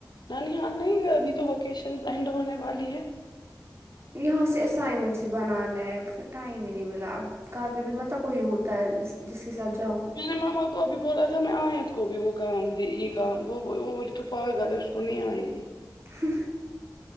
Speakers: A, on the left; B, on the right.
A: نانی ہاؤس نہیں گئے ابھی تو ویکیشن اینڈ ہونے والی ہے
B: یہاں سے اسسائنمنٹس سے بنانا ہے پھر ٹائم ہی نہیں ملا اب کار پہ بھی مت کوئی ہوتا ہے جس کے ساتھ جاؤں
A: میں نے ماما کوبھی بولا تھا میں آیات کو بھی وہ کام د یہ کام وہ وہ بولے تو پاگل اس دنیا آئی گی
B: ہ